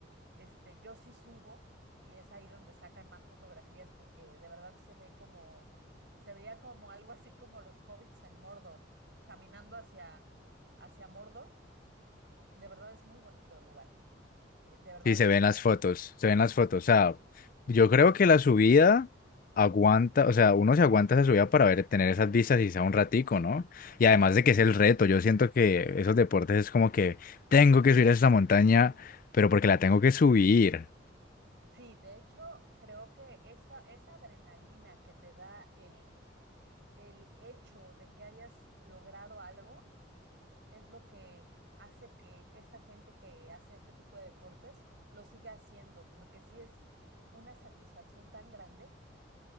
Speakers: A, on the right (about 60°); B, on the left (about 45°).
A: Este, yo sí subo y es ahí donde sacan más fotografías porque de verdad se ve como, se veía como algo así como los hobbits en Mordor, caminando hacia, hacia Mordor. De verdad es muy bonito el lugar, eh, de verdad
B: Sí, se
A: hermoso.
B: ven las fotos, se ven las fotos. O sea, yo creo que la subida aguanta, o sea, uno se aguanta esa subida para ver, tener esas vistas y sea un ratico, ¿no? Y además de que es el reto, yo siento que esos deportes es como que tengo que subir a esa montaña, pero porque la tengo que subir.
A: Sí, de hecho creo que esa, esa adrenalina que te da el, el hecho de que hayas logrado algo es lo que hace que esta gente que hace este tipo de deportes lo siga haciendo, porque sí es una satisfacción tan grande,